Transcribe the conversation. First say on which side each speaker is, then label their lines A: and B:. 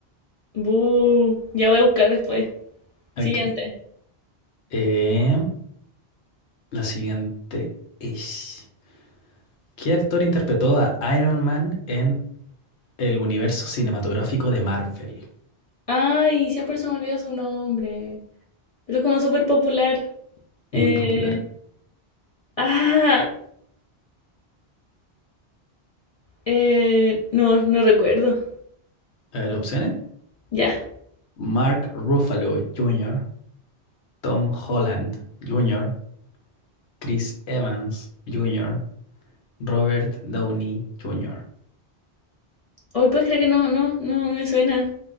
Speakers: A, on the left; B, on the left.
A: Bu, ya voy a buscar después.
B: Ok.
A: Siguiente.
B: Em, La siguiente es... ¿Qué actor interpretó a Iron Man en el universo cinematográfico de Marvel?
A: Ay, siempre se me olvida su nombre. Pero es como súper popular. Eh,
B: Muy popular.
A: ah, eh, no, no recuerdo.
B: A ver, opciones.
A: Ya.
B: Mark Ruffalo Jr., Tom Holland Jr., Chris Evans Jr., Robert Downey Jr.
A: Hoy puedes creer que no, no, no me suena.